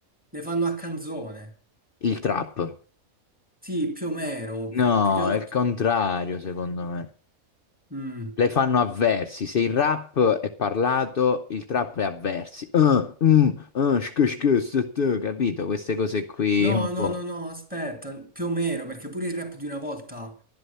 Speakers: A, in the centre; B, on the left (about 50°).
A: le fanno a canzone.
B: Il trap.
A: Sì, più o meno,
B: No,
A: più che altro.
B: è il contrario, secondo me.
A: Mm.
B: Le fanno a versi. Se il rap è parlato, il trap è a versi. Ah, mm, ah, shk, shk, st, st, capito? Queste cose qui
A: No,
B: un po'.
A: no, no, no, aspetta, più o meno, perché pure il rap di una volta,